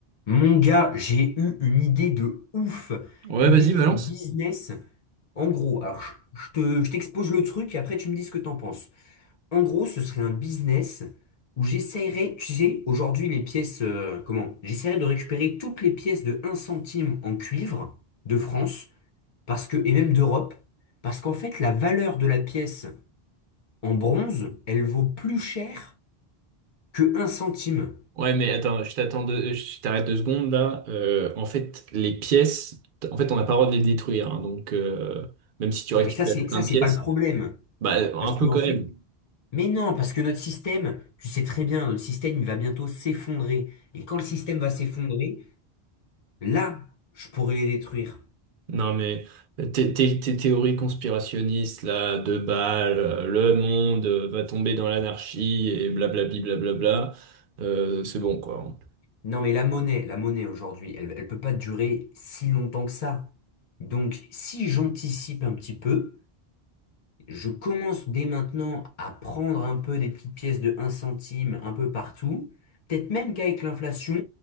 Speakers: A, on the left (about 45°); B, on the right (about 60°).
A: Mon gars, j'ai eu une idée de ouf,
B: Ouais,
A: une
B: vas-y,
A: idée
B: balance.
A: de business. En gros, alors je je te- je t'expose le truc et après tu me dis ce que t'en penses. En gros, ce serait un business où j'essaierais, tu sais, aujourd'hui les pièces, euh, comment? J'essaierais de récupérer toutes les pièces de un centime en cuivre de France, parce que, et même d'Europe, parce qu'en fait la valeur de la pièce en bronze, elle vaut plus cher que un centime.
B: Ouais, mais attends, je t'attends deux- euh, je t'arrête deux secondes là. Euh, en fait, les pièces, t- en fait, on n'a pas le droit de les détruire. hein, donc, euh, même si tu récupères
A: Non mais ça c'est
B: plein
A: ça
B: de
A: c'est
B: pièces,
A: pas le problème.
B: bah, un
A: Parce
B: peu
A: que en
B: quand
A: fait,
B: même.
A: Mais non, parce que notre système, tu sais très bien, notre système, il va bientôt s'effondrer. Et quand le système va s'effondrer, là, je pourrais les détruire.
B: Non, mais euh, tes, tes- tes théories conspirationnistes là, de balles, euh, le monde euh, va tomber dans l'anarchie et blablabli, blablabla, euh, c'est bon quoi.
A: Non, mais la monnaie, la monnaie aujourd'hui, elle, elle peut pas durer si longtemps que ça. Donc, si j'anticipe un petit peu, je commence dès maintenant à prendre un peu des petites pièces de un centime un peu partout. Peut-être même qu'avec l'inflation,